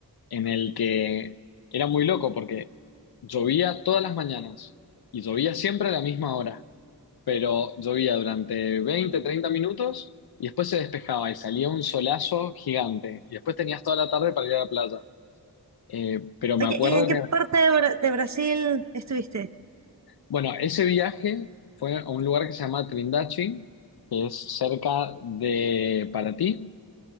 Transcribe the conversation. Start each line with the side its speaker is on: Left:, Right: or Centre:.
Left: en el que era muy loco porque llovía todas las mañanas y llovía siempre a la misma hora, pero llovía durante 20, 30 minutos y después se despejaba y salía un solazo gigante y después tenías toda la tarde para ir a la playa. Eh, pero me
Right: Oye,
Left: acuerdo
Right: ¿y en qué
Left: que
Right: parte de, Bra- de Brasil estuviste?
Left: Bueno, ese viaje fue a un lugar que se llama Trindachi, que es cerca de Paraty,